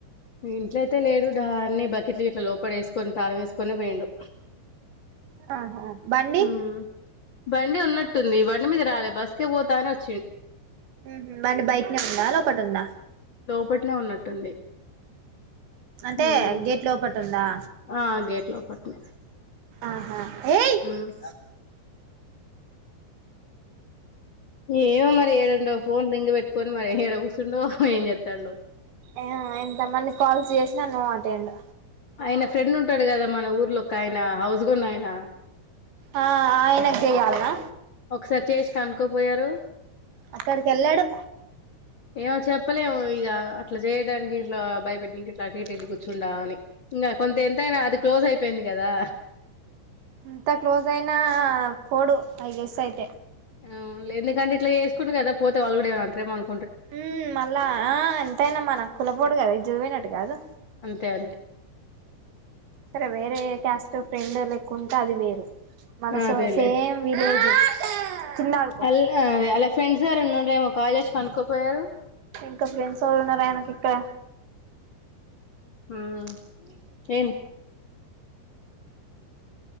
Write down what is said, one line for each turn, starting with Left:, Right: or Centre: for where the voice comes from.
Left: ఇంట్లోయితే లేడు డన్ని బకిట్లు ఇట్లా లోపల వేసుకొని తాళం వేసుకొని పోయిండు
Right: ఆహా బండి
Left: ఉమ్ బండి ఉన్నట్టుంది బండి మీద రాలే బస్కే పోతానే నో
Right: మ్ హు బండి బయటనే ఉందా లోపటుందా
Left: లోపట్నే ఉన్నట్టుంది
Right: అంటే
Left: ఉమ్
Right: గేట్ లోపటుందా
Left: ఆ గేట్ లోపట్నె
Right: ఆహా ఏయ్
Left: మ్ ఏమో మరి ఏడుండో ఫోన్ రింగ్ పెట్టుకొని మరి ఏడ కూర్చుండో ఏం చెస్తాండో
Right: ఏమో ఎంతమంది కాల్స్ చేసి నో అటెండ్
Left: ఆయన ఫ్రెండ్ ఉంటాడు కదా మన ఊర్లో ఒక ఆయన హౌస్ కొన్న ఆయన
Right: ఆ ఆయనకు చేయాల్నా
Left: ఒక్కరి చేసి కనుకోపోయారు
Right: అక్కడికేళ్ళాడు
Left: ఏమో చెప్పలేము ఇగా అట్లా చేయడానికి ఇట్లా భయపెట్టి ఇంక అటిటేళ్ళి కూర్చుడా అని ఇంగా కొంత ఎంతైనా అది క్లోజ్ అయిపోయింది కదా
Right: ఎంతా క్లోజ్ అయినా పోడు ఐ గెస్ అయితే
Left: అవున్ లే ఎందుకంటే ఇట్లా చేసుకుండు కదా పోతే వాళ్ళు కూడా ఏమన్న అంటారెమో అను
Right: హు మ్ మళ్ళా ఆ ఎంతైనా మనా కులపోడు కద ఇజ్జత్ పోయినాట్టు కాదు
Left: అంతే అంతే
Right: సరే వేరే క్యాస్ట్ ఫ్రెండ్ లేకుంటే అది వేరు మళ్ళ
Left: అదేలే
Right: సో సేమ్ విలేజ్ కింద ఆడుకో
Left: అల్ అద్ అల్ల ఫ్రెండ్స్ ఎవరన్నా ఉన్ డేమో కాల్ చేసి కనుక్కకోపోయారు
Right: ఇంకా ఫ్రెండ్స్ ఎవరు ఉన్నారు ఆయనకి ఇక్కడ
Left: హుమ్